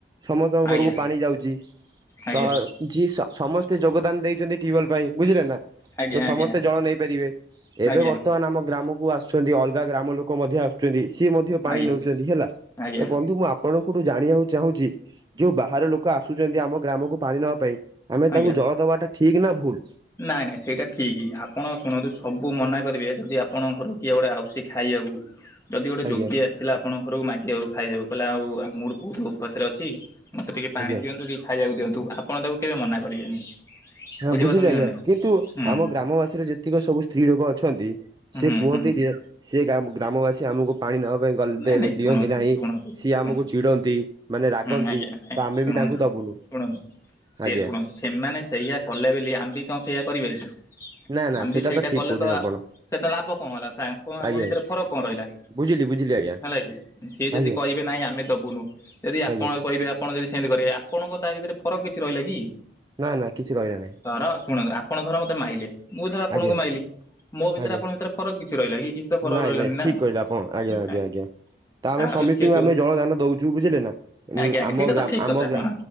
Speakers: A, on the right; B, on the left.
A: ସମସ୍ତଙ୍କ
B: ଆଜ୍ଞା
A: ଘରକୁ ପାଣି ଯାଉଛି ତ
B: ଆଜ୍ଞା
A: ଯି ସମସ୍ତେ ଯୋଗଦାନ ଦେଇଛନ୍ତି ଟିଓଲ ପାଇଁ ବୁଝିଲେ ନା।
B: ଆଜ୍ଞା
A: ତ ସମସ୍ତେ
B: ଆଜ୍ଞା
A: ଜଳ ନେଇ ପାରିବେ। ଏବେ
B: ଆଜ୍ଞା
A: ବର୍ତ୍ତମାନ ଆମ ଗ୍ରାମକୁ ଆସୁ ଛନ୍ତି ଅଲଗା ଗ୍ରାମ ଲୋକ ମଧ୍ୟ ଆସୁଛନ୍ତି ସିଏ ମଧ୍ୟ ପାଣି
B: ଆଜ୍ଞା
A: ନେଉଛନ୍ତି ହେଲା।
B: ଆଜ୍ଞା
A: ତ
B: ଆଜ୍ଞା ଆଜ୍ଞା
A: ବନ୍ଧୁ ମୁଁ ଆପ୍ ଆପଣଙ୍କଠୁ ଜାଣିବାକୁ ଚାହୁଁଛି ଯୋଉ ବାହାର ଲୋକ ଆସୁଛନ୍ତି ଆମ ଗ୍ରାମକୁ ପାଣି ନବା ପାଇଁ ଆମେ
B: ଆଜ୍ଞା
A: ତାଙ୍କୁ ଜଳ ଦବାଟା ଠିକ ନା ଭୁଲ?
B: ନାଇଁ ନାଇଁ ସେଇଟା ଠିକି ଆପଣ ଶୁଣନ୍ତୁ ସବୁ ମନା କରିବେ ଯଦି ଆପଣଙ୍କ ଘରକୁ କିଏ ଗୋଟେ ଆଉଚି ଖାଇଆବୁ। ଯଦି ଗୋଟେ
A: ଆଜ୍ଞା
B: ଯୋଗୀ ଆସିଲା ଆପଣଙ୍କ ଘରକୁ ମାଗିବାକୁ ଖାଇବାକୁ କହିଲା ଆଉ ଆମ ମୋର ବହୁତ ଉପାସରେ ଅଛି ମତେ ଟିକେ ପାଣି
A: ଆଜ୍ଞା
B: ଦିଅନ୍ତୁ କି ଖାଇବାକୁ ଦିଅନ୍ତୁ ଆପଣ ତାକୁ କେବେ ମନା କରିବେନି।
A: ହଁ
B: ବୁଝିପାରୁଛନ୍ତି
A: ବୁଝିଲି ଆଜ୍ଞା
B: ନା ନାଇଁ
A: କିନ୍ତୁ
B: ହୁଁ
A: ଆମ ଗ୍ରାମବାସୀରେ ଯେତିକି ସବୁ ସ୍ତ୍ରୀ ଲୋକ ଅଛନ୍ତି। ସେ
B: ହୁଁ
A: କୁହନ୍ତି
B: ହୁଁ
A: ଯେ ସେ ଗ୍ରା ଗ୍ରାମବାସୀ ଆମକୁ ପାଣି ନବା ପାଇଁ ଗଲେ
B: ନାଇଁ
A: ଦେ
B: ନାଇଁ
A: ଦିଅନ୍ତି
B: ଶୁଣନ୍ତୁ
A: ନାହିଁ
B: ଶୁଣନ୍ତୁ
A: ସିଏ
B: ଶୁଣ
A: ଆମକୁ ଚିଡନ୍ତି। ମାନେ ରାଗନ୍ତି
B: ହୁଁ ଆଜ୍ଞା
A: ତ ଆମେ
B: ଶୁଣନ୍ତୁ
A: ବି ତାଙ୍କୁ ଦବୁନୁ
B: ଶୁଣନ୍ତୁ ସେ
A: ଆଜ୍ଞା।
B: ଶୁଣନ୍ତୁ ସେମାନେ ସେଇଆ କଲେ ବୋଲି ଆମ୍ ବି କଣ ସେଇଆ କରିବେ କି
A: ନା ନା
B: ଆମ ବି ସେଇଟା
A: ଠିକ
B: କଲେ
A: କହୁଛନ୍ତି
B: ତ
A: ଆପଣ।
B: ସେଇଟା ଲାଭ କଣ ହେଲା ତାଙ୍କ
A: ଆଜ୍ଞା
B: ଆମ ଭିତରେ ଫରକ କଣ ରହିଲା।
A: ବୁଝିଲି ବୁଝିଲି ଆଜ୍ଞା।
B: ହେଲା କି ସିଏ ଯଦି
A: ଆଜ୍ଞା
B: କହିବେ ନାଇଁ ଆମେ ଦବୁନୁ। ଯଦି ଆପଣ
A: ଆଜ୍ଞା
B: କହିବେ ଆପଣ ଯଦି ସେମିତି କରିବେ ଆପଣଙ୍କ ତା ଭିତରେ ଫରକ କିଛି ରହିଲା କି?
A: ନା ନା କିଛି ରହିଲା ନାହିଁ
B: ତର ଶୁଣନ୍ତୁ ଆପଣ ଧର ମତେ ମାଇଲେ। ମୁଁ ଧର ଆପଣଙ୍କୁ
A: ଆଜ୍ଞା
B: ମାଇଲି ମୋ ଭିତରେ
A: ଆଜ୍ଞା
B: ଆପଣଙ୍କ ଭିତରେ ଫରକ କିଛି ରହିଲା କି ତ ଫରକ
A: ନାଇଁ
B: ରହିଲାନି
A: ନାଇଁ
B: ନା।
A: ଠିକ କହିଲେ ଆପଣ ଆଜ୍ଞା
B: ହୁଁ
A: ଆଜ୍ଞା ଆଜ୍ଞା ତା ଆମେ ସମୀସ୍ତଙ୍କୁ
B: ବୋଲି ସେ ଯୋଉ
A: ଆମେ ଜଳ ଦାନ ଦଉଛୁ। ଚୁ ବୁଝିଲେ ନା
B: ଆଜ୍ଞା ଆଜ୍ଞା
A: ଆମ
B: ସେଇଟା ତ
A: ଗ୍ରା
B: ଠିକ
A: ଆମ
B: କଥା ହଁ।
A: ଗ୍ରା